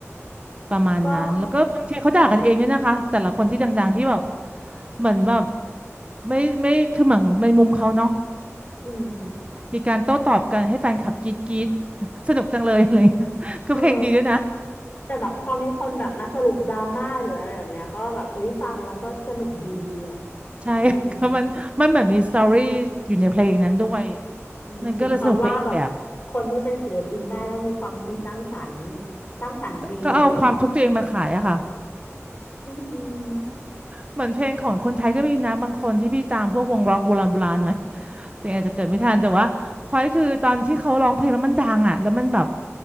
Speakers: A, on the right; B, on the left.
A: ประมาณนั้นแล้วก็บางทีเขาด่ากันเองเนี่ยนะคะแต่ละคนที่ดังๆที่แบบ
B: ก็
A: เหมือนแบบไม่ไม่คือเหมือนในมุมเขาเนาะ
B: อืม
A: มีการโต้ตอบกันให้แฟนคลับกรี๊ดกรี๊ด <laughs> สนุกจังเลยอะไรเงี้ยก็เพลงดีด้วยนะ
B: เออแต่แบบพอมีคนแบบมาสรุปดราม่าหรืออะไรแบบเนี้ยก็แบบเอ้ยฟังเราก็สนุกดีแบบ
A: ใช่ <laughs>
B: อืม
A: ก็มันมันเหมือนมีสตอรี่อยู่ในเพลงนั้นด้วย
B: อืมถึงเขาว่าแบบ
A: มันก็เลยสนุกไปอีกแบบ
B: คนที่เป็นศิลปินได้ต้องมีความคิดสร้างสรรค์สร้างสรรค์จริง
A: ก็เอาความทุกข์ตัวเองมาขายอะค่ะ
B: <laughs> อืม
A: เหมือนเพลงของคนไทยก็มีนะบางคนที่พี่ตามพวกวงร็อกโบราณโบราณหน่อย เสียงอาจจะเกิดไม่ทันแต่ว่าพอยคือตอนที่เขาร้องเพลงแล้วมันดังอ่ะแล้วมันแบบ